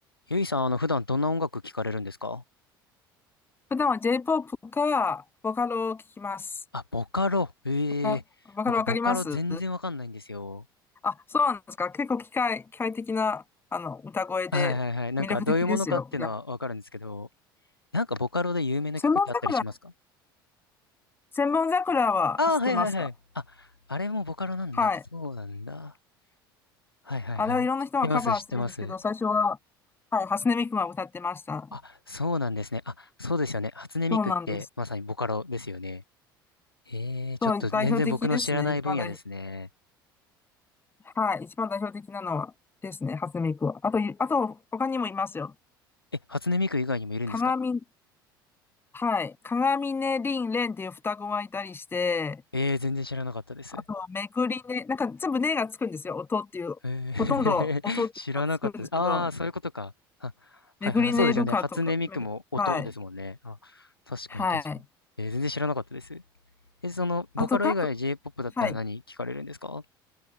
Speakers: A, on the left; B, on the left.
A: ゆいさん、あの、普段どんな音楽聴かれるんですか
B: 普段は J-POP か、ボカロを聞きます。
A: あ、ボカロ。ええ僕、
B: ボカ、ボカロわかります
A: ボカロ全然わかんないんですよ。
B: あ、そうなんですか。結構機械、機械的な、あの、歌声で魅力的ですよ。
A: はいはいはい。なんか、どういうものかっていうのはわかるんですけど、
B: いや、
A: なんか、ボカロで有名な曲ってあったりしますか
B: 千本桜、千本桜は知ってますか
A: ああー、はいはいはい。あ、あれもボカロなんだ。
B: はい。
A: そうなんだ。はいはいはい。
B: あれはいろんな人がカバーしてるんですけど、
A: 知ってます、知ってます。
B: 最初は、はい、初音ミクが歌ってました。
A: あ、そうなんですね。あ、そうですよね。初音ミクって、
B: そうなんです。
A: まさにボカロですよね。ええちょっと全然僕の知らない分野ですね。
B: そう、代表的ですね。一番代、はい、一番代表的なのはですね、初音ミクは。あと、あと、他にもいますよ。
A: え、初音ミク以外にもいるんですか
B: 鏡、はい。鏡ね、リン、レンっていう双子がいたりして、
A: ええ全然知らなかったです。
B: あとはめぐりね、なんか全部ねがつくんですよ。音っていう、
A: えー、
B: ほとんど音っていうのがつくんですけど、
A: <laughs> 知らなかった。ああ、そういうことか。あ、はいはい。
B: めぐりねるかとか、
A: そうですよね。初音ミクも音ですもんね。
B: めぐ、はい。
A: あ、確かに確かに。
B: はい。
A: えー全然知らなかったです。え、その、ボカロ以外
B: あと、かく、
A: J-POP だったら何聞かれるんですか
B: はい。